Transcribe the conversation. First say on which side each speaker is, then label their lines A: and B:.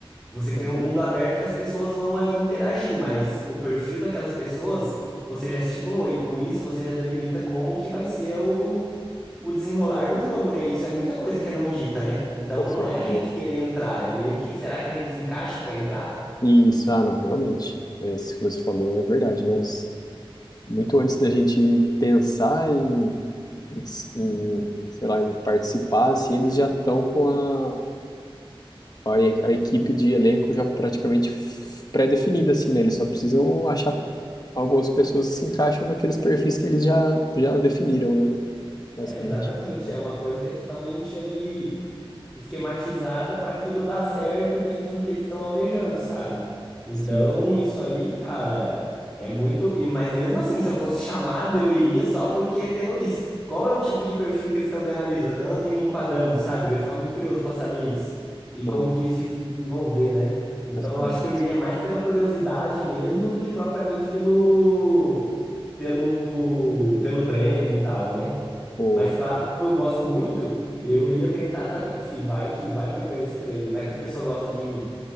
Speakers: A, in the centre; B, on the left (about 45°).
A: Você cria
B: Entendi,
A: um mundo aberto que as pessoas vão ali interagir, mas o perfil daquelas pessoas você já estipulou, e com isso você já delimita como que vai ser o, o desenrolar do jogo, né? E Isso é muita coisa que é não dita, né? Então
B: com certeza.
A: não é a gente querer entrar, é meio que será que a gente se encaixa para entrar?
B: Isso, ah, não, realmente. É, isso que você falou é verdade, né? As- muito antes da gente pensar em, em, em, sei lá, em participar, assim, eles já estão com a, a, e- a equipe de elenco já praticamente f- pré-definida, assim, né? Eles só precisam achar algumas pessoas que se encaixam naqueles perfis que eles já, já definiram, né? Basicamente
A: É, exatamente,
B: isso, né?
A: é uma coisa que é totalmente ali. esquematizada para aquilo dar certo dentro do que eles estão almejando, sabe? Então,
B: Sim,
A: isso aí, cara, é muito. e- Mas mesmo assim, se eu fosse chamado, eu iria só porque pelo isso. Qual é o tipo de perfil que eles estão me analisando e me enquadrando, sabe? Eu ia ficar muito curioso para saber isso. E
B: boa,
A: como que isso ia se desenvolver, né? Então,
B: uma experiência.
A: eu acho que eu iria mais pela curiosidade mesmo do que propriamente pelo. Pelo, pelo prêmio e tal, né?
B: Boa,
A: Mas claro, como eu gosto muito, eu ia tentar também. Se vai que vai que eu ganho esse prêmio, vai que as pessoas gostam de mim.